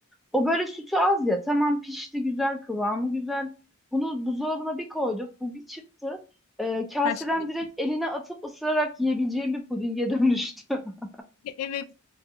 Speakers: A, in the centre; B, on the left.
A: O böyle sütü az ya. Tamam pişti güzel kıvamı güzel. Bunu buzdolabına bir koyduk. Bu bir çıktı. Ee, kaseden
B: taş gibi.
A: direkt eline atıp ısırarak yiyebileceğim bir pudinge dönüştü. <laughs>
B: Evet